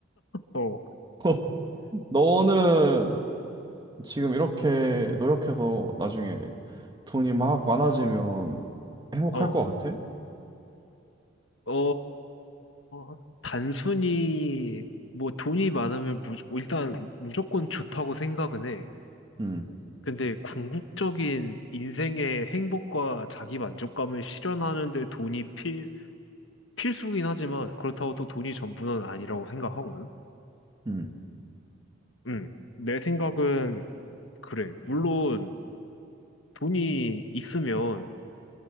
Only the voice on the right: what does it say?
<laughs> 너는 지금 이렇게 노력해서 나중에 돈이 막 많아지면 행복할
것 같아?
음,
음,